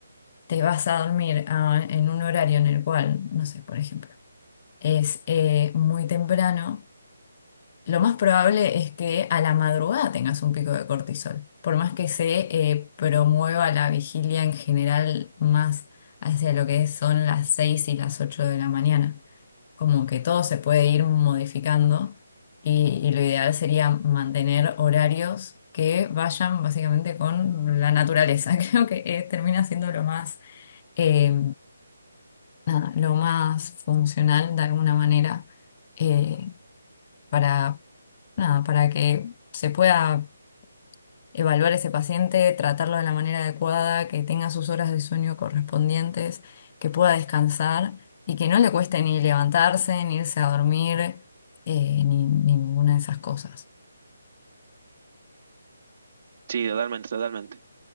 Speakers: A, on the left (about 30°); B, on the right (about 40°).
A: te vas a dormir a- en un horario en el cual, no sé, por ejemplo, es eh, muy temprano, lo más probable es que a la madrugada tengas un pico de cortisol, por más que se eh, promueva la vigilia en general más hacia lo que son las 6 y las 8 de la mañana. Como que todo se puede ir modificando y, y lo ideal sería mantener horarios que vayan básicamente con la naturaleza. <laughs> Creo que eh, termina siendo lo más, eh, nada, lo más funcional de alguna manera eh, para Nada, para que se pueda evaluar ese paciente, tratarlo de la manera adecuada, que tenga sus horas de sueño correspondientes, que pueda descansar y que no le cueste ni levantarse, ni irse a dormir, eh, ni, ni ninguna de esas cosas.
B: Sí, totalmente, totalmente.